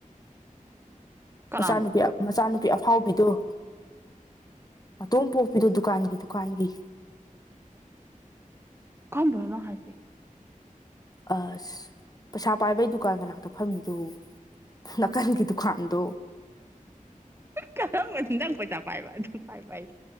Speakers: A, on the right; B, on the left.
A: ꯀꯅꯥꯅꯣ
B: ꯍꯁꯅꯨꯄꯤꯌꯥ ꯃꯆꯥꯅꯨꯄꯤ ꯑꯐꯥꯎꯕꯤꯗꯨꯣ ꯑꯣꯝ ꯄꯣꯛꯄꯤꯗꯣ ꯗꯨꯀꯥꯟꯒꯤ ꯗꯨꯀꯥꯟꯒꯤ
A: ꯀꯝ ꯙꯔꯅ ꯍꯥꯏꯥꯏꯁꯤ
B: ꯑꯁ ꯄꯩꯁꯥ ꯄꯥꯏꯕꯩ ꯗꯨꯀꯥꯟ ꯀꯅꯥꯛꯇ ꯐꯝꯅꯤꯗꯨ ꯅꯥꯀꯟꯒꯤ ꯗꯨꯀꯥꯟꯗꯣ
A: ꯀꯔꯝꯕ ꯇꯪ ꯄꯩꯁꯥ ꯄꯥꯏꯕ ꯑꯗꯨꯝ ꯄꯥꯏꯕ ꯍꯥꯏ